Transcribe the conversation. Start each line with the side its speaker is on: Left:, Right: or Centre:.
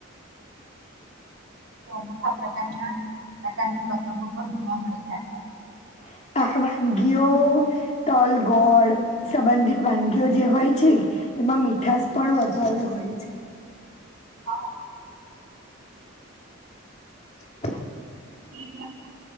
Right: અનોખા પ્રકારના, પ્રકારની પતંગો પણ જોવા, મળે હતા.
Left: <inaudible> આ વાનગીઓ તલ ગોળ સંબંધિત વાનગીઓ જે હોય છે. એમાં મીઠાસ પણ વધારે હોય છે.
Right: હા,
Left: <unintelligible> <inaudible>
Right: એ ઘણી